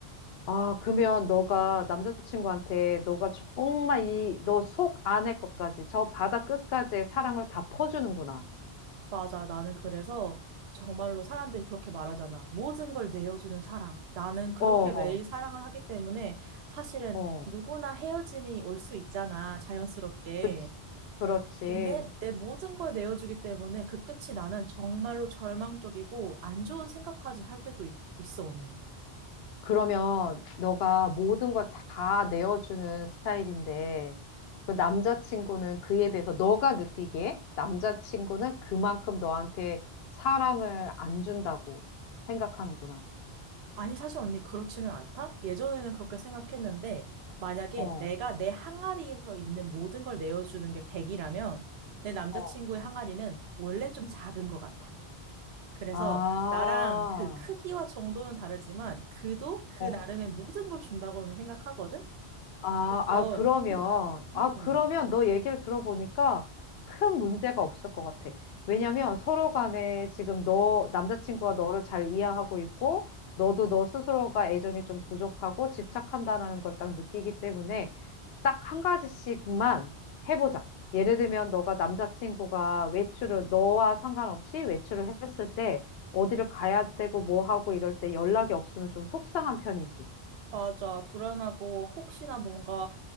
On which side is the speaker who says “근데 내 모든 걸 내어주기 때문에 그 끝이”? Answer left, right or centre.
Right